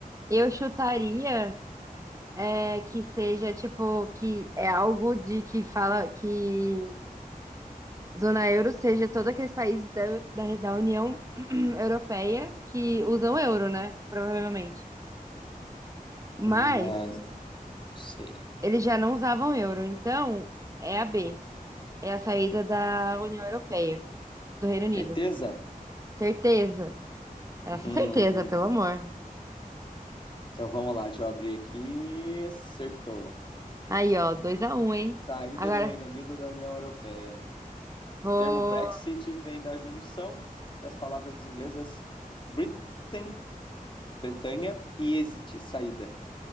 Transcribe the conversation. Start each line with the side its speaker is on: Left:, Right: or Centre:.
Right: eu chutaria é, que seja tipo que é algo de que fala que zona euro seja todos aqueles países da, da, da União <clears throat> Europeia que usam euro, né? Provavelmente. Mas
Left: Não, não sei.
Right: eles já não usavam euro, então é a B, é a saída da União Europeia, do Reino Unido.
Left: Certeza?
Right: Certeza. Essa
Left: Hum,
Right: certeza, pelo amor.
Left: Então vamos lá, deixa eu abrir aqui. Acertou.
Right: Aí, ó, dois a um hein?
Left: Saída
Right: Agora
Left: do Reino Unido da União Europeia.
Right: vou.
Left: O termo Brexit vem da junção das palavras inglesas Britain, Bretanha, e exit, saída.